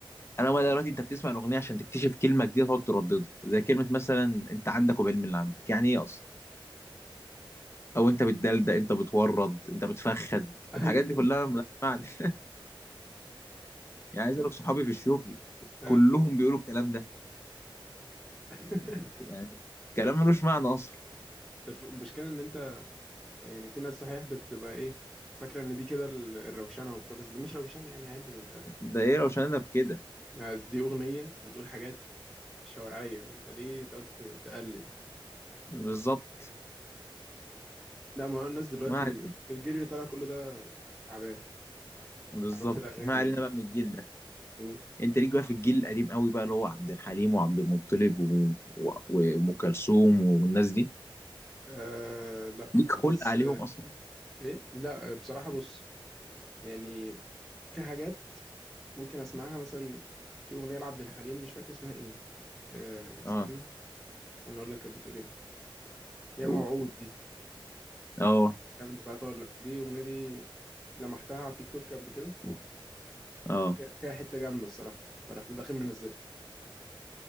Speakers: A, on the left; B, in the centre.
A: انا ما دلوقتي انت بتسمع الاغنيه عشان تكتشف كلمه جديده تقعد ترددها زي كلمه مثلا انت عندك وبالعلم اللي عندك يعني ايه اصلا او انت بتدلدق انت بتورد انت بتفخد
B: ايوه
A: الحاجات دي كلها ملهاش معنى <laughs> يعني عايز اقول لك صحابي في الشغل
B: اه
A: كلهم بيقولوا الكلام ده
B: <laughs>
A: يعني كلام ملوش معنى اصلا
B: الف- المشكلة ان انت يعني في ناس صحيح بتبقى ايه فاكرة ان دي كده ال- الروشنة وبتاع بس دي مش روشنة يعني عادي ما انت
A: ده ايه روشاننا في كده
B: يعني دي أغنية بتقول حاجات شوارعية انت ليه تقعد تقلد
A: بالظبط
B: لا ما هو الناس دلوقتي
A: ما علينا
B: الجيل اللي طالع كله ده تعبان
A: بالظبط
B: تعبان في الأغاني
A: ما علينا
B: يعني
A: بقى من الجيل ده
B: و...
A: انت ليك بقى في الجيل القديم قوي بقى اللي هو عبد الحليم وعبد المطلب و- و- وام كلثوم والناس دي
B: آه لا
A: ليك خلق
B: بس
A: عليهم
B: آه،
A: اصلا
B: ايه لا بصراحة بص يعني في حاجات ممكن اسمعها مثلا في أغنية لعبد الحليم مش فاكر اسمها ايه آه استنى
A: اه
B: استنى اقول لك كانت بتقول ايه اللي
A: لو
B: هي موعود دي
A: اه
B: مش عارف انت تعرفها ولا لا دي الأغنية دي لمحتها على التيك توك قبل كده
A: اه
B: فيها فيها حتة جامدة الصراحة فرحت داخل منزلها